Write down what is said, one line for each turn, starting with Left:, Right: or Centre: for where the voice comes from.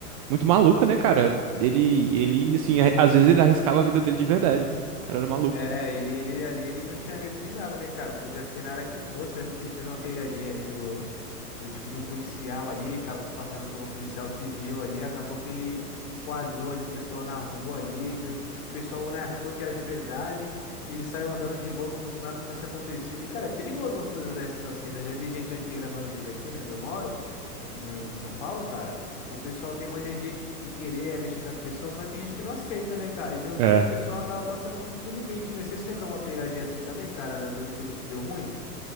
Right: muito maluca, né, cara? Ele, ele, assim, a- às vezes ele arriscava a vida dele de verdade. O cara era maluco.
Left: É, ele, ele ali, ele não tinha medo de nada, né, cara? Podia ser na área que fosse. Lembra que ele fez uma pegadinha ali do, do tipo de um policial ali, ele tava se passando por um policial civil ali, acabou que ele enquadrou ali o pessoal na rua ali, e meio que o pessoal, né, achou que era de verdade, e ele saiu andando de boa como se nada tivesse acontecido. E, cara, é perigoso umas coisas dessas assim, né? Eu já vi gente aqui gravando vídeo aqui, né, onde eu moro, aqui no, em São Paulo, cara, e o pessoal tem mania de de querer é, mexer com as pessoas, mas tem gente que não aceita, né, cara? E no YouTube
Right: É,
Left: o pessoal acaba passando muito do limite, né? Você se lembra uma pegadinha assim também, cara, do do YouTube que deu ruim?